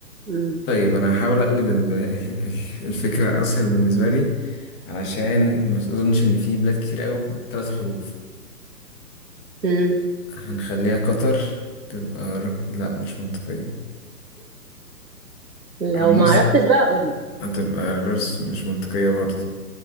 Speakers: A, on the right (about 85°); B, on the left (about 20°).
A: مم.
B: طيب انا هحاول اقلب ال- <laughs> ال- الفكرة اسهل بالنسبة لي علشان ما اظنش ان في بلاد كتير قوي بثلاث حروف
A: مم.
B: هنخليها قطر تبقى ر... لا مش منطقية
A: لو
B: مصر
A: ما عرفتش بقى قولي
B: هتبقى راس مش منطقية برضه